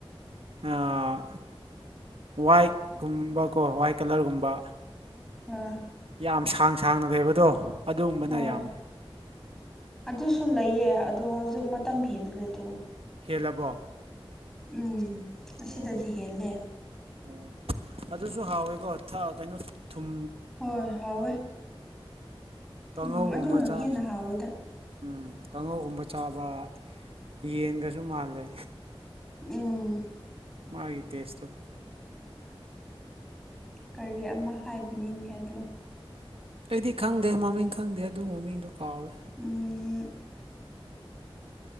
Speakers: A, on the right; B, in the centre.
A: ꯑꯥ ꯋꯥꯏꯠ ꯀꯨꯝꯕꯀꯣ ꯋꯥꯏꯠ ꯀꯂꯔꯒꯨꯝꯕ
B: ꯑꯥ
A: ꯌꯥꯝ ꯁꯥꯡ ꯁꯥꯡꯅ ꯂꯩꯕꯗꯣ ꯑꯗꯨꯒꯨꯝꯕꯅ
B: ꯍꯣꯏ
A: ꯌꯥꯝꯃꯤ
B: ꯑꯗꯨꯁꯨ ꯂꯩꯌꯦ ꯑꯗꯨ ꯍꯧꯖꯤꯛ ꯃꯇꯝ ꯍꯦꯟꯒ꯭ꯔꯦ ꯑꯗꯨ
A: ꯍꯦꯜꯂꯕꯣ
B: ꯎꯝ ꯑꯁꯤꯗꯗꯤ
A: ꯑꯣ
B: ꯍꯦꯜꯂꯦ
A: ꯑꯣ ꯑꯗꯨꯁꯨ ꯍꯥꯎꯋꯦꯀꯣ ꯊꯥꯎ ꯀꯩꯅꯣ ꯊꯨꯝ
B: ꯍꯣꯏ ꯍꯥꯎꯋꯦ
A: ꯀꯥꯡꯍꯧꯒꯨꯝꯕ
B: ꯎꯝ ꯑꯗꯨꯅ
A: ꯆꯥꯔꯁꯨ
B: ꯍꯦꯟꯅ ꯍꯥꯎꯋꯦꯗ
A: ꯎꯝ ꯀꯥꯡꯉꯧꯒꯨꯝꯕ ꯆꯥꯕ ꯌꯦꯟꯒꯁꯨ ꯃꯥꯜꯂꯦ
B: ꯎꯝ
A: ꯃꯥꯒꯤ ꯇꯦꯁꯇꯣ
B: ꯀꯔꯤ ꯑꯃ ꯍꯥꯏꯕꯅꯤꯅꯦ ꯑꯗꯣ
A: ꯑꯩꯗꯤ ꯈꯪꯗꯦ ꯃꯃꯤꯡ ꯈꯪꯗꯦ ꯑꯗꯨ ꯃꯃꯤꯡꯗꯨ ꯀꯥꯎꯔꯦ
B: ꯎꯝ ꯎꯝ